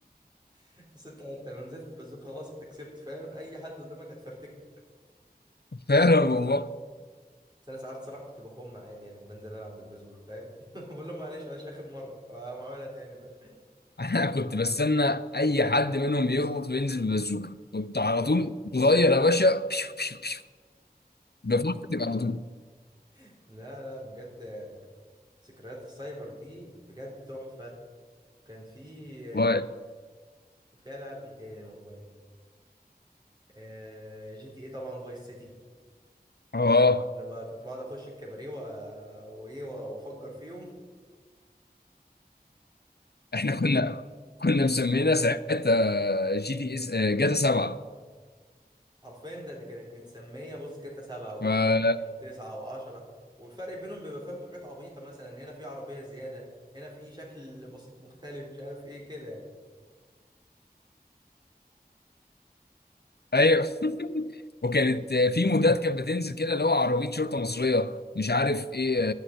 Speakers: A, on the right (about 25°); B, on the left (about 75°).
A: <laughs> بس انت انت لو نزلت ببازوك خلاص انت كسبت فاهم اي حد قدامك هتفرتكه
B: <laughs> فعلا والله
A: بس انا ساعات صراحه كنت بخم عادي يعني وبنزل العب بالبازوكه فاهم <laughs> بقول لهم معلش معلش اخر مره واقوم عاملها تاني فاهم
B: انا كنت بستنى اي حد منهم يغلط وينزل ببازوكه كنت على طول صغير يا باشا بيو بيو بيو بفكر تبقى على طول
A: <laughs> لا لا بجد ذكريات السايبر دي بجد تحفه كان في
B: والله.
A: في العاب ايه تاني والله آه جي تي ايه طبعا فايس سيتي
B: اه
A: لما كنت بقعد اخش الكباريه و... وايه و- وافجر فيهم
B: احنا كنا كنا مسمينا ساعتها جي تي اس جاتا 7
A: حرفيا ده, ده كانت متسميه بص جاتا سبعة وجاتا
B: ف
A: تمانية وتسعة وعشرة والفرق بينهم بيبقى فاهم حاجات عبيطه مثلا هنا في عربيه زياده هنا في شكل بسيط مختلف مش عارف ايه كده يعني.
B: ايوه وكانت آه، في مودات كانت بتنزل كده اللي هو عربيه شرطه مصريه مش عارف ايه